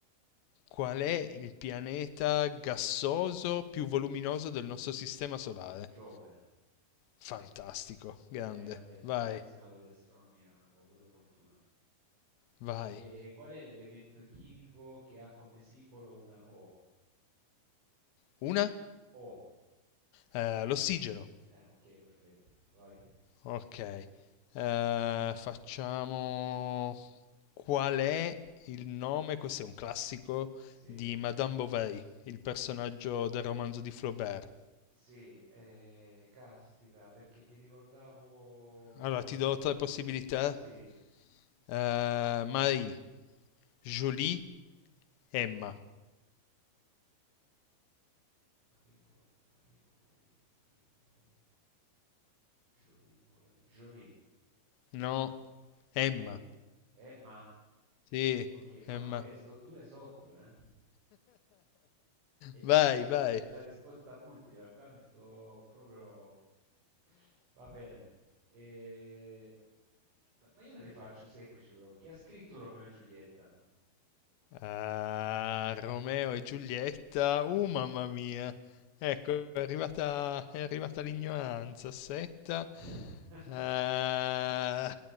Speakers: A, on the left; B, on the right.
A: Qual è il pianeta gassoso più voluminoso del nostro sistema solare?
B: Giove.
A: Fantastico, grande.
B: Eh, vabbè, sono
A: Vai,
B: appassionato di astronomia, ho avuto fortuna.
A: vai.
B: E qual è l'elemento chimico che ha come simbolo una O?
A: Una?
B: O.
A: Eh, l'ossigeno.
B: Eh, ok, perfetto. Vai.
A: Ok. Eh, facciamo... Qual è il nome? Questo è un classico
B: Sì.
A: di Madame Bovary, il personaggio
B: Eh,
A: del romanzo di Flaubert.
B: sì, eh, caspita, perché mi ricordavo...
A: Allora, ti do tre possibilità.
B: Sì.
A: Eh, Marie, Julie, Emma.
B: Maripo, Maripo, Marie, Maripo, Marie. Bovary, Jolie Borie. Jolie.
A: No, Emma.
B: Marie, Emma.
A: Sì,
B: Ok, ma
A: Emma.
B: oh, eh, sto due sotto, eh. E
A: <laughs> Vai,
B: mi dai pure
A: vai.
B: le- la risposta multipla, qua mi sto proprio... Va bene. E- Ma io te le faccio semplici però. Chi ha scritto Romeo e Giulietta?
A: Ah, Romeo e Giulietta. Uh, mamma mia. Ecco, è arrivata, è arrivata l'ignoranza. Setta.
B: <laughs>
A: Ah,